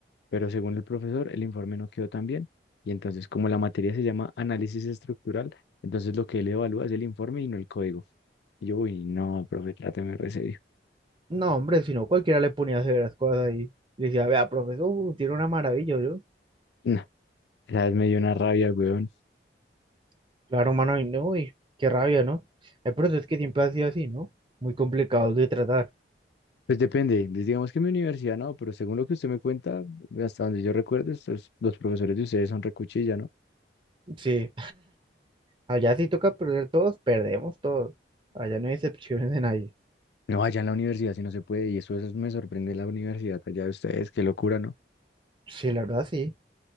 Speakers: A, on the left; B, on the right.
A: pero según el profesor, el informe no quedó tan bien. Y entonces, como la materia se llama análisis estructural, entonces lo que él evalúa es el informe y no el código. Y yo, uy, no, profe, tráteme re serio.
B: No, hombre, si no, cualquiera le ponía a hacer las cosas y le decía, vea, profesor, uh, tiene una maravilla, yo.
A: No, esa vez me dio una rabia, güey.
B: Claro, mano, y no, y qué rabia, ¿no? El proceso es que siempre ha sido así, ¿no? Muy complicado de tratar.
A: Pues depende, pues digamos que en mi universidad no, pero según lo que usted me cuenta, hasta donde yo recuerdo, estos, los profesores de ustedes son recuchilla, ¿no?
B: Sí, allá sí toca perder todos, perdemos todos. Allá no hay excepciones de nadie.
A: No, allá en la universidad sí no se puede, y eso, eso me sorprende la universidad allá de ustedes, qué locura, ¿no?
B: Sí, la verdad sí.